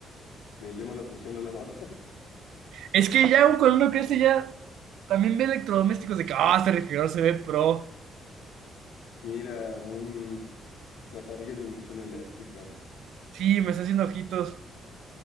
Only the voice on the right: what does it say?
Es que ya cuando uno crece, ya también ve electrodomésticos de que, ah, este refrigerador se ve pro.
Sí, me está haciendo ojitos.